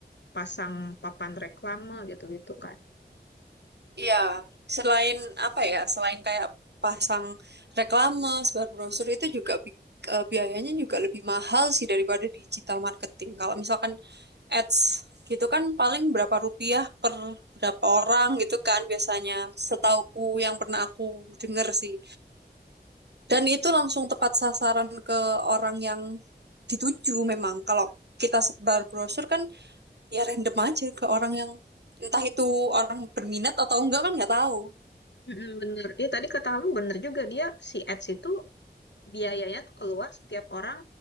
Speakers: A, on the left; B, on the right.
A: pasang papan reklame gitu-gitu kan.
B: Iya, selain apa ya, selain kayak pasang reklame, sebar brosur itu juga bi- eh, biayanya juga lebih mahal sih daripada digital marketing. Kalau misalkan ads gitu kan paling berapa rupiah per berapa orang gitu kan biasanya setauku yang pernah aku denger sih. Dan itu langsung tepat sasaran ke orang yang dituju memang. Kalau kita sebar brosur kan ya random aja ke orang yang entah itu orang berminat atau enggak kan nggak tahu.
A: Mm-mm, bener. Iya tadi kata kamu bener juga dia si ads itu biayanya tuh keluar setiap orang